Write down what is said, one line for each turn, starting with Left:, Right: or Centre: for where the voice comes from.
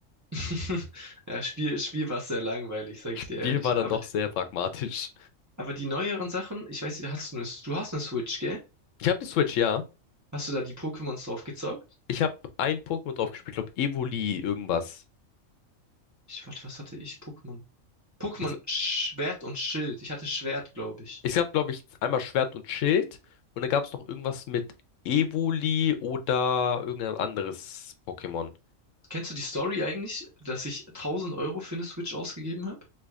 Right: <laughs> Ja, Spiel, Spiel war sehr langweilig, sag
Left: Das
Right: ich
Left: Spiel
Right: dir ehrlich.
Left: war dann
Right: Aber
Left: doch sehr pragmatisch.
Right: Aber die neueren Sachen, ich weiß nicht, hast du eine, du hast eine Switch, gell?
Left: Ich habe die Switch, ja.
Right: Hast du da die Pokémons drauf gezockt?
Left: Ich habe ein Pokémon drauf gespielt, glaube Evoli irgendwas.
Right: Ich, warte, was hatte ich? Pokémon. Pokémon
Left: Ich, gl-
Right: Schwert und Schild. Ich hatte Schwert, glaube ich.
Left: ich habe, glaube ich, einmal Schwert und Schild und dann gab es noch irgendwas mit Evoli oder irgendein anderes Pokémon.
Right: Kennst du die Story eigentlich, dass ich 1000 Euro für eine Switch ausgegeben habe?